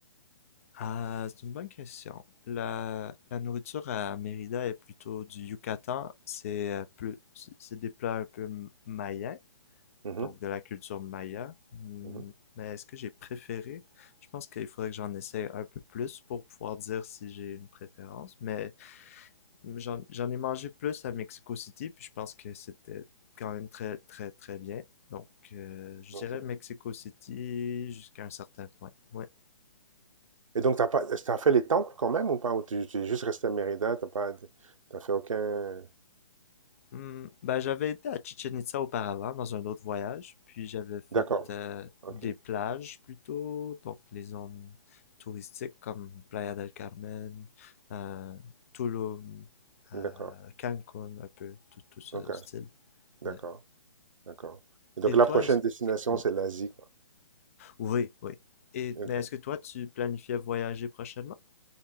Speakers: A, on the left; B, on the right.
A: Ah, c'est une bonne question. La, la nourriture à Mérida est plutôt du Yucatan. C'est euh, plus, c'est c'est des plats un peu mayens.
B: Mmh
A: donc
B: mh.
A: de la culture maya. Hmm,
B: Mmh.
A: Mais est-ce que j'ai préféré? Je pense qu'il faudrait que j'en essaye un peu plus pour pouvoir dire si j'ai une préférence. Mais j'en j'en ai mangé plus à Mexico City, puis je pense que c'était quand même très, très, très bien. Donc, euh, je
B: OK.
A: dirais Mexico City jusqu'à un certain point. Ouais.
B: Et donc t'as pas t'as fait les temples quand même ou pas? Ou tu tu es juste resté à Mérida, T'as pas t'as fait aucun
A: Hmm, ben, j'avais été à Chichen Itza auparavant, dans un autre voyage, puis j'avais fait
B: d'accord.
A: euh,
B: OK.
A: des plages plutôt, donc les zones touristiques comme Playa del Carmen, euh, Tulum, euh,
B: D'accord.
A: Cancun, un peu, tout, tout ce
B: OK.
A: style.
B: D'accord.
A: Ouais.
B: D'accord. Et donc
A: Et
B: la
A: toi,
B: prochaine
A: est-ce
B: destination,
A: que... Oui,
B: c'est l'Asie, quoi.
A: oui. oui. Et,
B: OK.
A: mais est-ce que toi, tu planifiais voyager prochainement?